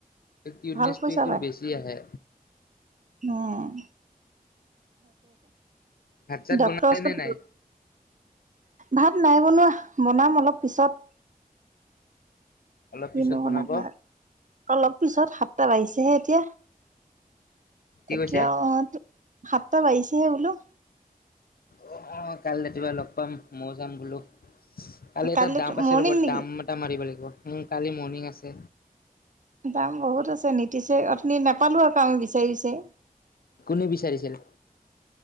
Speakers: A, on the left; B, on the right.
A: কিউটনেচটো
B: ভাল পইচা
A: এইটো
B: পায়
A: বেছি আহে
B: উম
A: ভাত চাত
B: ডাক্তৰৰ
A: বনালে
B: ওচৰত
A: নে নাই
B: ভাত নাই বনোৱা বনাম অলপ পিছত
A: অলপ
B: কিনো
A: পিছত বনাব
B: আমাৰ অলপ পিছত সাতটাত বাঢ়িছেহে এতিয়া
A: কি
B: এতিয়া
A: কৈছে অ
B: আহ সাতটা বাঢ়িছেহে বোলো
A: অ আহ কাই ৰাতিপুৱা লগ পাম মইও যাম বোলো কালি
B: কাইলৈ
A: এটা দাম আছে
B: মৰ্ণিং
A: ৰ'ব
B: নেকি?
A: দাম এটা মাৰিব লাগিব উ কালি মৰ্ণিং আছে
B: দাম বহুত আছে নীতিছে অথনি নাপালো আকৌ আমি <unintelligible>
A: কোনে বিচাৰিছিল